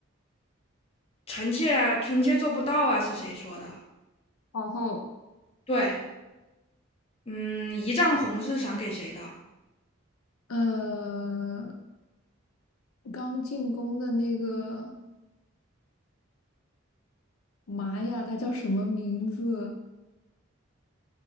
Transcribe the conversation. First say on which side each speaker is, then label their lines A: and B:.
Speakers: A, on the left; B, on the left.
A: 臣妾啊臣妾做不到啊，是谁说的？
B: 皇后。
A: 对，嗯，一丈红是赏给谁的？
B: 呃，刚进宫的那个。妈呀，他叫什么名字？